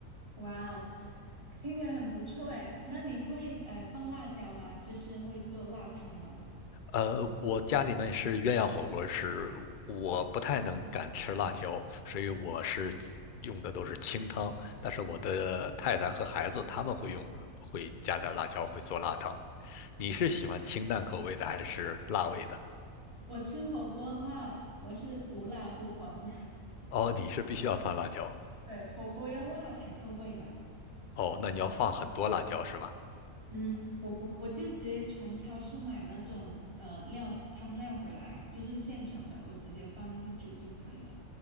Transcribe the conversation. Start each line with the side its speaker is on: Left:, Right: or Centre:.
Right: 哇哦，听起来很不错哎。那你会呃放辣椒吗？就是会做辣汤吗？
Left: 呃，我家里面是鸳鸯火锅，是我不太能敢吃辣椒，所以我是用的都是清汤。但是我的太太和孩子他们会用，会加点辣椒，会做辣汤。你是喜欢清淡口味的还是辣味的？
Right: 我吃火锅的话，我是无辣不欢。
Left: 哦，你是必须要放辣椒。
Right: <laughs> 对，火锅要辣才够味嘛。
Left: 哦，那你要放很多辣椒是吧？
Right: 嗯，我不，我就直接从超市买那种呃料汤料回来，就是现成的，我直接放进去煮就可以了，